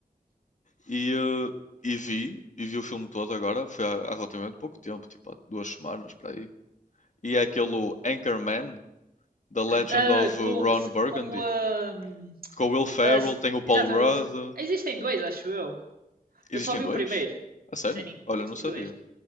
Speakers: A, on the left; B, on the right.
A: E, eh, e vi, e vi o filme todo agora, foi há, há relativamente pouco tempo, tipo há duas semanas para aí. E é aquele Anchorman, The Legend
B: Ah,
A: of eh,
B: com
A: Ron Burgundy,
B: com ahm,
A: com o Will Ferrell,
B: ah,
A: tem o Paul
B: exatamente.
A: Rudd.
B: Existem dois, acho eu.
A: Existem
B: Eu só vi
A: dois?
B: o primeiro.
A: A sério?
B: Sim,
A: Olha,
B: existem
A: não sabia.
B: dois.